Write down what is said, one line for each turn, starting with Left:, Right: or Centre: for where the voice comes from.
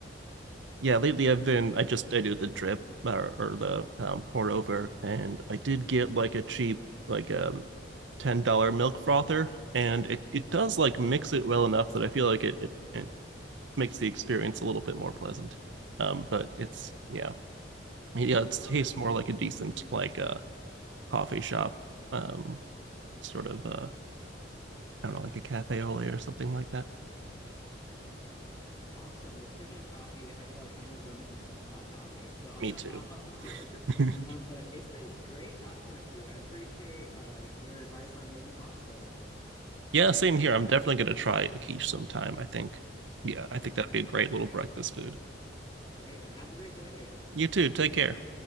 Left: Yeah.
Right: yeah, lately I've been I just I do the drip or, or the um, pour over, and I did get like a cheap like um ten dollar milk frother, and it it does like mix it well enough that I feel like it it, it makes the experience a little bit more pleasant. Um, but
Left: Yeah.
Right: it's yeah yeah it
Left: Oh,
Right: tastes
Left: that's
Right: more like a decent like a coffee shop um sort of uh I don't know like a cafe au lait or something like that.
Left: yeah. Awesome. Well, speaking of coffee, I feel like I need to go make myself a pot of coffee. So I'm
Right: Me
Left: gonna
Right: too.
Left: hop off of here. <laughs>
Right: <laughs>
Left: Um, but it's been great talking with you. I appreciate uh your advice on making pasta.
Right: Yeah, same here. I'm definitely gonna try a quiche sometime. I think, yeah, I think
Left: All
Right: that'd
Left: right.
Right: be a great little breakfast food.
Left: Great. Uh, Have a great day.
Right: You too. Take care.